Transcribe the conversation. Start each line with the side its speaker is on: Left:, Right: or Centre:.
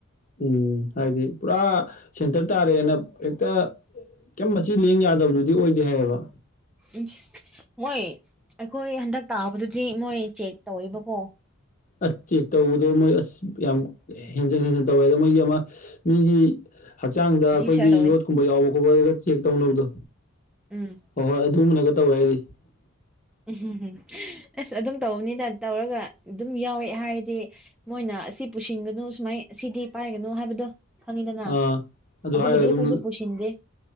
Left: ꯎꯝ ꯍꯥꯏꯗꯤ ꯄꯨꯔꯥ ꯁꯦꯟꯇꯔ ꯇꯥꯔꯦꯅ ꯍꯦꯛꯇ ꯀꯩ ꯃꯆꯤ ꯂꯦꯡ ꯌꯥꯗꯕꯗꯨꯗꯤ ꯑꯣꯏꯗꯦ ꯍꯥꯏꯌꯦꯕ
Centre: ꯎꯝ ꯃꯣꯏ ꯑꯩꯈꯣꯏ ꯍꯟꯗꯛ ꯇꯥꯕꯗꯨꯗꯤ ꯃꯣꯏ ꯆꯦꯛ ꯇꯧꯋꯦꯕꯀꯣ
Left: ꯑꯁ ꯆꯦꯛ ꯇꯧꯕꯗꯣ ꯃꯣꯏ ꯑꯁ ꯌꯥꯝ ꯍꯦꯟꯖꯟ ꯍꯦꯟꯖꯤꯟ ꯇꯧꯋꯦ ꯑꯗ ꯃꯣꯏꯒꯤ ꯑꯃ ꯃꯤꯒꯤ ꯍꯛꯆꯥꯡꯗ ꯑꯩꯈꯣꯏꯒꯤ
Centre: ꯔꯤꯁꯔ ꯇꯧꯋꯦ
Left: ꯌꯣꯠꯀꯨꯝꯕ ꯌꯥꯎꯕ ꯈꯣꯠꯄꯒ ꯆꯦꯛ ꯇꯧꯅꯕꯗꯣ
Centre: ꯎꯝ
Left: ꯍꯣꯏ ꯍꯣꯏ ꯑꯗꯨꯒꯨꯝꯅꯒ ꯇꯧꯋꯦ ꯍꯥꯏꯔꯤ
Centre: ꯎꯝ ꯎꯝ ꯎꯝ ꯑꯁ ꯑꯗꯨꯝ ꯇꯧꯕꯅꯤꯅ ꯇꯧꯔꯒ ꯑꯗꯨꯝ ꯌꯥꯎꯋꯦ ꯍꯥꯏꯗꯤ ꯃꯣꯏꯅ ꯑꯁꯤ ꯄꯨꯁꯤꯟꯒꯅꯨ ꯁꯨꯃꯥꯏ ꯁꯤꯗꯤ ꯄꯥꯏꯒꯅꯨ ꯍꯥꯏꯕꯗꯣ ꯐꯪꯉꯤꯗꯅ
Left: ꯑꯥ ꯑꯗꯨ
Centre: ꯑꯗꯨꯕꯨꯗꯤ
Left: ꯍꯥꯏꯔꯒ
Centre: ꯑꯩꯈꯣꯏꯁꯨ
Left: ꯑꯗꯨꯝ
Centre: ꯄꯨꯁꯤꯟꯗꯦ